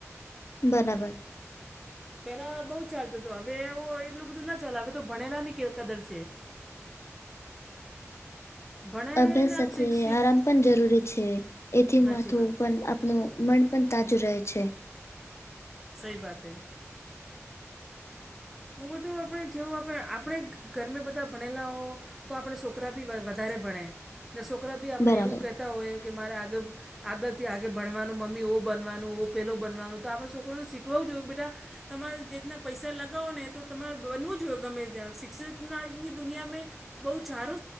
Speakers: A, on the left; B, in the centre.
A: બરાબર....
B: પેલા બઉ ચાલતું હતું. હવે એવું એટલું બધું ના ચલે હવે તો ભણેલા ની કદર છે. ભણાયને
A: અભ્યાસ સાથે
B: આપ શિક્ષિત
A: આરામ પણ જરૂરી છે. એથી
B: હાચી
A: માથું
B: વાત
A: પણ આપનું મન પણ તાજું રહે છે.
B: સહી બાત હે? હ બધું આપણે જેવું આપણે આપણે ઘરમે બધા ભણેલા હો્ તો આપણે સોકરા બી વધારે ભણે સોકરા બી આપણે
A: બરાબર
B: એવું કેતા હોય કે મારે આગર. આગળથી આગે ભણવાનું મમ્મી ઓ બનવાનું, ઓ પેલો બનવાનું, તો આપણે સોકરોને શીખવવું જોઈએ કે બેટા. તમારે જેતના પૈસા લાગે. ન તો તમારે બનવું જોઈએ ગમે ત્યાં શિક્ષકના <unintelligible> દુનિયા મે. બઉ ચારો